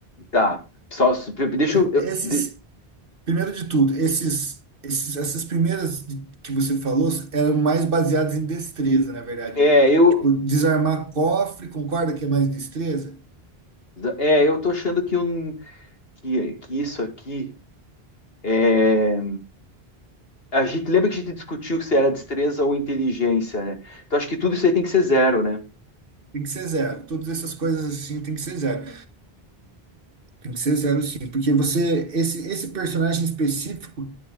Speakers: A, on the left (about 65°); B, on the right (about 60°).
A: Tá. Só, deixa eu, eu
B: Esses,
A: de-
B: primeiro de tudo, esses, esses, essas primeiras de- que você falou eram mais baseadas em destreza, na verdade.
A: é, eu
B: Tipo, desarmar cofre, concorda que é mais destreza?
A: é, eu tô achando que, um, que, que isso aqui é a gente lembra que a gente discutiu se era destreza ou inteligência, né? Então acho que tudo isso aí tem que ser zero, né?
B: Tem que ser zero. Todas essas coisas assim tem que ser zero. Tem que ser zero, sim. Porque você, esse, esse personagem específico,